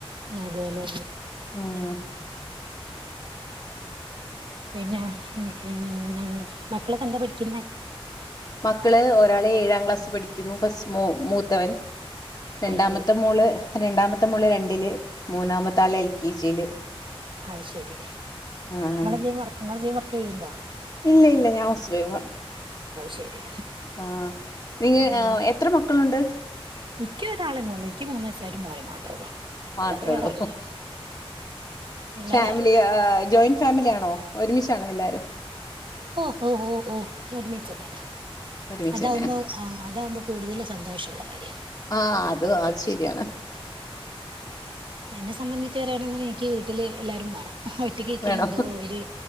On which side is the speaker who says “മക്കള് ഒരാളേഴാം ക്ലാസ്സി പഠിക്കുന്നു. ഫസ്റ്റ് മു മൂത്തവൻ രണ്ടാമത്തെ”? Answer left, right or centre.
Left